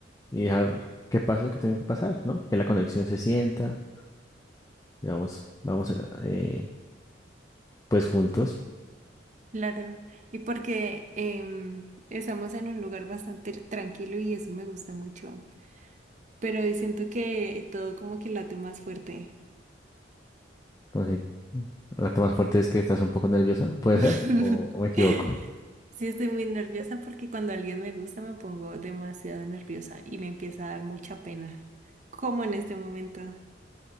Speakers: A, on the left; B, on the right.
A: y dejar que pase lo que tenga que pasar, ¿no? Que la conexión se sienta y vamos, vamos eh, pues juntos.
B: claro. Y porque em, estamos en un lugar bastante tranquilo y eso me gusta mucho. Pero siento que todo como que late más fuerte.
A: Como si- la parte más fuerte es que estás un poco nerviosa, ¿puede
B: <laughs>
A: ser? ¿O, o me equivoco?
B: Sí, estoy muy nerviosa porque cuando alguien me gusta me pongo demasiado nerviosa y me empieza a dar mucha pena, como en este momento.